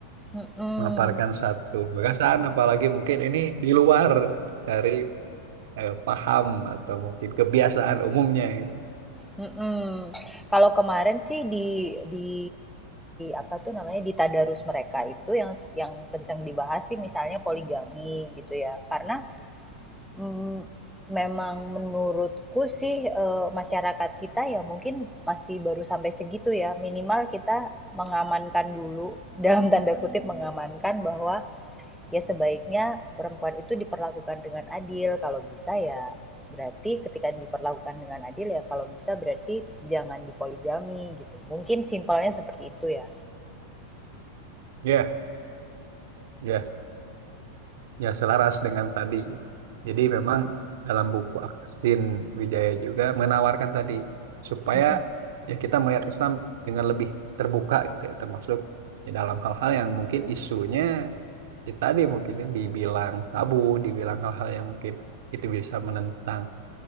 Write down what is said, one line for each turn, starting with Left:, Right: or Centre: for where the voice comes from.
Centre: Mm-mm.
Right: memaparkan satu perasaan apalagi mungkin ini di luar dari eh, paham atau mungkin kebiasaan umumnya gitu.
Centre: Mhm. Kalau kemarin sih di di apa tuh namanya, di tadarus mereka itu yang yang kencang dibahas sih misalnya poligami gitu ya. Karena, mmm, memang menurutku sih, eee, masyarakat kita ya mungkin masih baru sampai segitu ya. Minimal kita mengamankan dulu, dalam tanda kutip "mengamankan" bahwa ya sebaiknya perempuan itu diperlakukan dengan adil. Kalau bisa ya berarti ketika diperlakukan dengan adil ya kalau bisa berarti jangan dipoligami gitu. Mungkin simpelnya seperti itu ya.
Right: Iya, iya. Ya, selaras dengan tadi. Jadi memang dalam buku Aksin Wijaya juga menawarkan tadi supaya
Centre: Mm-mm.
Right: ya kita melihat Islam dengan lebih terbuka gitu ya, termasuk di dalam hal-hal yang mungkin isunya ya tadi mungkinnya dibilang tabu, dibilang hal-hal yang mungkin itu bisa menentang